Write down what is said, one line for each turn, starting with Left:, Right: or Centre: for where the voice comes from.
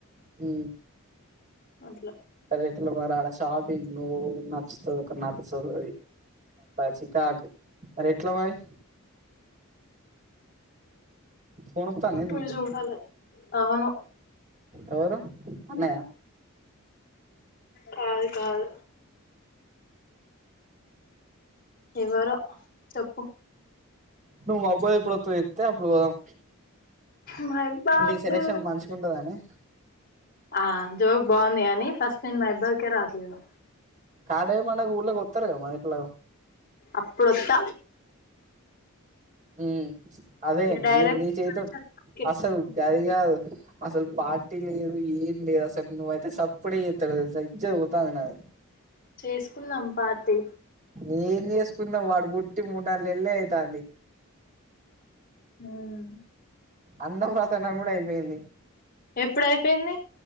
Right: హ
Left: అట్లా
Right: రెట్ల మరి ఆడ షాపింగ్ ను నచ్చుతుంది ఒక నచ్చదు చ కాకు మరి ఎట్లా మరి ఫోన్ వాతందా ఏంది
Left: మీరు
Right: నీకు
Left: చూడాలి అవును
Right: ఎవరు అన్నయ్య
Left: కాదు కాదు ఎవరో చెప్పు
Right: నువ్ అబ్బాయి ఇప్పుడు చెప్తే అప్పుడు పోదాం
Left: మై బాదు
Right: నీ సెలక్షన్ మంచిగా ఉంటదని
Left: ఆ జోక్ బాగుంది అని ఫస్ట్ నేను మైబాద్కే రాట్లేను
Right: కాడే పండుగ ఊళ్ళకు కొత్తరూ కదా ఎట్లాగు
Left: అప్పుడొత్త
Right: హ అదే
Left: ఇగ డైరెక్ట్
Right: నీ నీ
Left: ఇక్కడ
Right: చేతో
Left: నుంచి అక్కడికే.
Right: అసలు గది దు అసలు పార్టీ లేదు ఏం లేదు అసలు నువ్వ అయితే సప్పుడే చేత్తలేవు తెలుసా ఇజ్జత్ పోతంది నాది
Left: చేసుకుందాం పార్టీ
Right: నేం చేసుకున్నాం వాడు పుట్టి మూడు నాన్నెల్లే అయితాంది
Left: మ్మ్
Right: అన్నం ప్రసన్న కూడా అయిపోయింది
Left: ఎప్పుడయిపోయింది